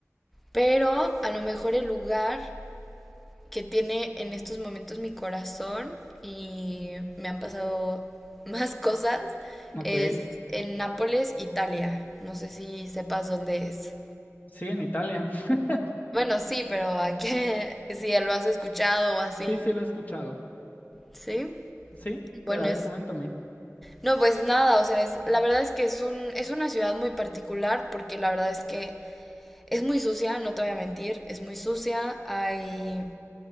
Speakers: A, in the centre; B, on the left (about 30°).
A: pero a lo mejor el lugar que tiene en estos momentos mi corazón y me han pasado <laughs> más cosas
B: Ok.
A: es en Nápoles, Italia. No sé si sepas dónde es.
B: Sí, en Italia. <laughs>
A: Bueno, sí, pero a qué, <laughs> si lo has escuchado o así.
B: Sí, sí, lo he escuchado.
A: ¿Sí?
B: Sí, pero
A: Bueno,
B: a
A: es
B: ver, coméntame.
A: No, pues nada, o sea, es, la verdad es que es un, es una ciudad muy particular porque la verdad es que es muy sucia, no te voy a mentir, es muy sucia, hay